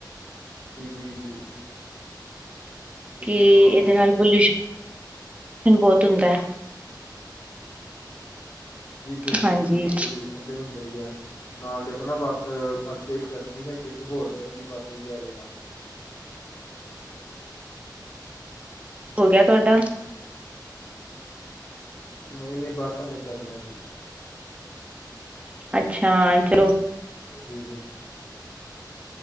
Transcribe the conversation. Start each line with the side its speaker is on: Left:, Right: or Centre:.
Left: ਜੀ ਜੀ ਜੀ ਜੀ
Right: ਕਿ
Left: ਹਾਂ
Right: ਇਹਦੇ ਨਾਲ ਪੋਲਿਊਸ਼ਨ ਬਹੁਤ ਹੁੰਦਾ
Left: ਜੀ ਬਿਲਕੁਲ
Right: ਹਾਂਜੀ
Left: ਬਿਲਕੁਲ ਪੋਲਿਊਸ਼ਨ ਤੇ ਹੁੰਦਾ ਹੀ ਹੈ ਨਾਲ ਦੇਖੋ ਨਾ ਵੱਖ ਅੱਗੇ ਗਰਮੀ ਹੈਗੀ ਤੇ ਹੋਰ ਗਰਮੀ ਵੱਧ ਰਹੀ ਹੈ ਇਹਦੇ ਨਾਲ
Right: ਹੋ ਗਿਆ ਤੁਹਾਡਾ
Left: ਨਹੀਂ ਨਹੀਂ ਬਸ ਹਾਲੇ ਕਰਨਾ ਏ ਜੀ
Right: ਅੱਛਾ ਚਲੋ
Left: ਜੀ ਜੀ